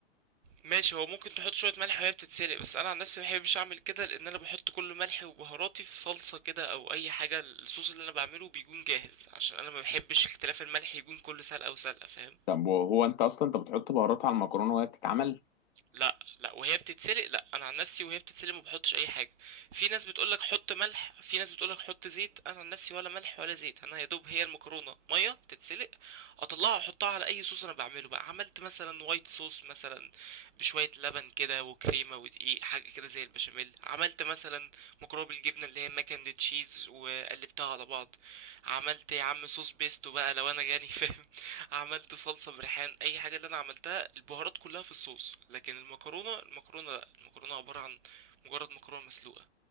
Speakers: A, on the right; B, on the left.
A: ماشي هو ممكن تحط شوية ملح وهي بتتسلق بس انا عن نفسي مبحبش اعمل كده لان انا بحط كل ملحي وبهاراتي في صلصة كده او اي حاجة الصوص اللي انا بعمله بيكون جاهز عشان انا مبحبش اختلاف الملح يكون كل سلقة وسلقة فاهم
B: طب وهو أنت أصلا أنت بتحط بهارات على المكرونة وهي بتتعمل؟
A: لا لا وهي بتتسلق لا انا عن نفسي وهي بتتسلق ما بحطش اي حاجه في ناس بتقولك حط ملح في ناس بتقولك حط زيت انا عن نفسي ولا ملح ولا زيت انا يا دوب هي المكرونه ميه تتسلق اطلعها احطها على اي صوص انا بعمله بقى عملت مثلا وايت صوص مثلا بشويه لبن كده وكريمه ودقيق حاجه كده زي البشاميل عملت مثلا مكرونه بالجبنه اللي هي ماكن تشيز وقلبتها على بعض عملت يا عم صوص بيستو بقى لو انا جاني <laughs> فاهم عملت صلصة بريحان اي حاجة اللي انا عملتها البهارات كلها في الصوص لكن المكرونة المكرونة لا المكرونة عبارة عن مجرد مكرونة مسلوقة